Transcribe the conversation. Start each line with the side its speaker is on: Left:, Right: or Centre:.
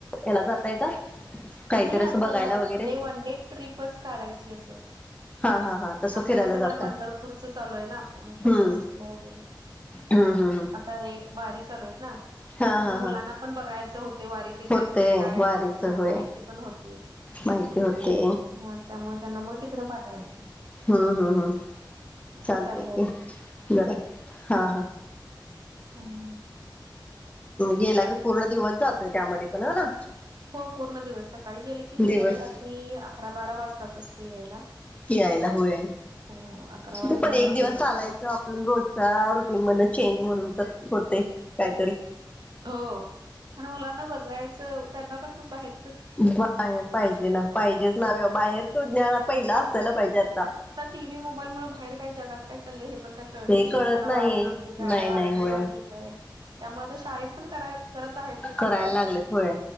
Left: याला जातय का? काहीतरी
Right: नाही असं
Left: बघायला वगैरे
Right: ए वन डे ट्रीपच काढायची असं.
Left: हा हा हा. तसं
Right: आता
Left: फिरायला
Right: कसं
Left: जातय
Right: जरा पंढरपूरचं चालू आहे ना पंढरपूर
Left: हम्म
Right: वगैरे
Left: हम्म हम्म हम्म
Right: हे बारी चालूय आहेत ना.
Left: हा
Right: म्हणजे
Left: हा
Right: मुलांना
Left: हा
Right: पण बघायचं होते वारी कशी
Left: होते
Right: असते काय
Left: वारीच
Right: असते हा
Left: होय
Right: माहिती पण होती.
Left: माहिती होते
Right: हा त्यामुळे त्यांना मग तिकडं पाठवायचं.
Left: हम् हम् हम्
Right: असं
Left: चालते
Right: चाललंय
Left: क बरा हा हा.
Right: हम्.
Left: गेला की पूर्ण दिवस जातोय त्यामध्ये पण ह ना.
Right: हो पूर्ण दिवस सकाळी गेले की संध्याकाळी
Left: दिवस
Right: रात्री अकरा बारा वाजताात असते यायला.
Left: यायला होय
Right: हो अकरा वाजा
Left: ते पण
Right: वाजले.
Left: एक दिवस चालायचं आपण रोजचा रुटीन मण चेंज म्हणून तर होते काहीतरी
Right: हो आणि मुलांना बघायचं त्यांना पण बाहेर
Left: बाहेर पाहिजे ना पाहिजेच ना बाहेरचो् पहिला असताला पाहिजे आता
Right: टी व्ही मोबाईलमुळे बाहेर काय जगात काय चालय हे पण काय त
Left: हे
Right: न
Left: कळत
Right: त्यां
Left: नाही
Right: वारी म्हणजे काय
Left: नाही
Right: वारकरी
Left: नाही होय
Right: म्हणजे काय त्यामुळे आ शाळेत पण करा करत आहेतच
Left: करायला
Right: सगळं.
Left: लागले थोडे